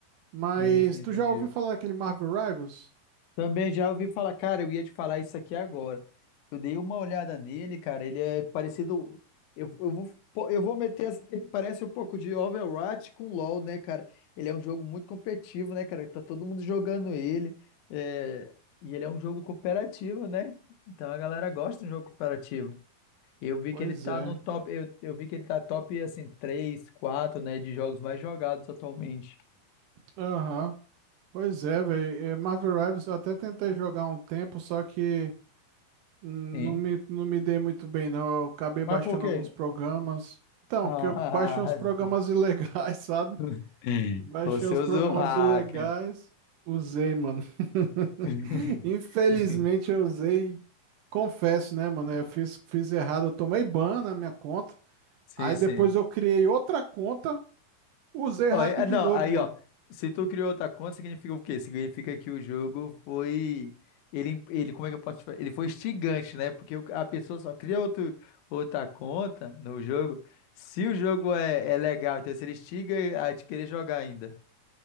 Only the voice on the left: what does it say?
Sim, sim,
entendi.
Também já ouvi falar, cara, eu ia te falar isso aqui agora. Eu dei uma olhada nele, cara, ele é parecido. Eu, eu vou, pô, eu vou meter. assim, Ele parece um pouco de Overwatch com LoL, né, cara? Ele é um jogo muito competitivo, né, cara? Tá todo mundo jogando ele. é, E ele é um jogo cooperativo, né? Então a galera gosta de um jogo cooperativo. Eu vi
que ele tá
no top. Eu, eu vi que ele tá top, assim, 3 4 né, de jogos mais jogados atualmente.
Sim.
Mas
por quê?
Ah,
<laughs>
<laughs>
Você
usou
o hack.
<laughs>
Sim,
sim.
Ó,
e- ah,
não,
aí,
ó. Se tu criou outra conta, significa o quê? Significa que o jogo foi. Ele, ele, como é que eu posso te falar? Ele foi instigante, né? Porque o- a pessoa só cria outro, outra conta no jogo se o jogo é, é legal. Então, se ele instiga a te querer jogar ainda.